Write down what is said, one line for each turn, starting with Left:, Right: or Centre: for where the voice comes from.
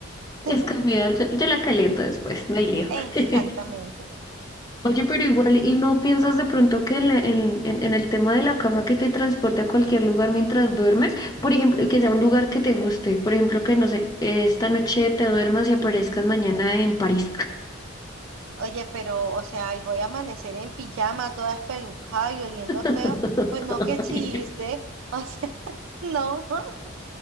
Left: Es
Right: <laughs>
Left: comida, yo, yo la caliento después, no hay lío.
Right: Exactamente.
Left: <laughs> Oye, pero igual, ¿y no piensas de pronto que en, la- en- en- en el tema de la cama que te transporte a cualquier lugar mientras duermes? Por ejemplo, que sea un lugar que te guste. Por ejemplo, que no sé, esta noche te duermas y aparezcas mañana en París.
Right: Oye, pero, o sea, y voy a amanecer en pijama, toda espelucada y oliendo feo.
Left: <laughs>
Right: Pues no, qué chiste. O sea, <laughs> no, <laughs>